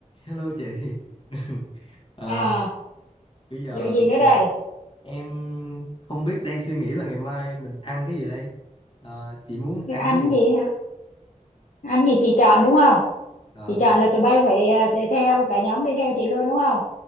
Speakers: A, on the left (about 40°); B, on the left (about 65°).
A: Hello chị. <laughs> Ờ,
B: à
A: bây giờ
B: vụ gì
A: ừ,
B: nữa đây
A: em không biết đang suy nghĩ là ngày mai mình ăn cái gì đây. Ờ, chị muốn
B: cái
A: ăn
B: anh
A: cái gì?
B: gì hả anh gì chị chọn đúng không
A: Ờ,
B: chị chọn là tụi bay phải à, đi theo cả nhóm đi theo chị luôn đúng không